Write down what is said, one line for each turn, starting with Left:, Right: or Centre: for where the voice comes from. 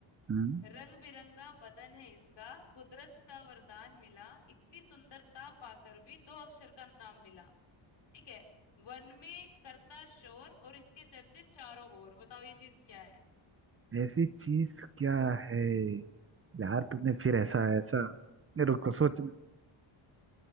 Right: हम्म।
Left: रंग बिरंगा बदन है इसका कुदरत का वरदान मिला इतनी सुंदरता पाकर भी दो अक्षर का नाम मिला ठीक है वन में करता शोर और इसके चर्चे चारों ओर बताओ ये चीज क्या है
Right: ऐसी चीज क्या है यार तुमने फिर ऐसा ऐसा नहीं, रुको सोचना